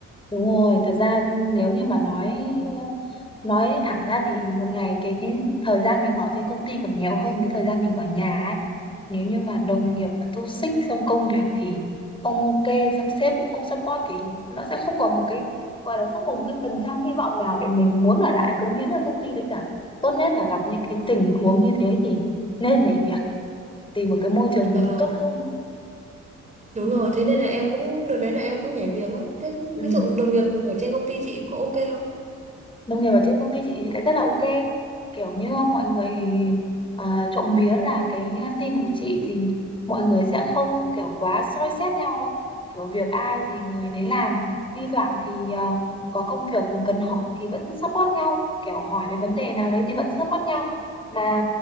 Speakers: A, on the left (about 15°); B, on the right (about 25°).
A: đúng rồi, thật ra nếu như mà nói nói thẳng ra thì một ngày cái cái thời gian mình ở trên công ty còn nhiều hơn cái thời gian mình ở nhà ấy nếu như mà đồng
B: Ừ.
A: nghiệp mà toxic xích xong công việc thì không ok xong sếp cũng không support thì nó sẽ không còn một cái gọi là không còn một cái phần trăm hy vọng nào để mình muốn ở lại cống hiến ở công ty đấy cả tốt nhất là gặp những cái tình huống như thế thì nên nhảy việc tìm một cái môi trường
B: và
A: mới tốt hơn
B: đúng rồi thế nên là em cũng đợt đấy là em cũng nhảy việc ấy thế
A: ừ
B: ví dụ đồng nghiệp ở trên công ty chị có ok không
A: đồng nghiệp ở trên công ty chị thì lại rất là ok kiểu như mọi người uh, trộm vía là cái team của chị thì mọi người sẽ không kiểu quá soi xét nhau đâu kiểu việc ai thì người nấy làm thi thoảng thì ờ,
B: Ừ.
A: có công việc cần hỏi thì vẫn support nhau kiểu hỏi về vấn đề nào đấy thì vẫn support nhau mà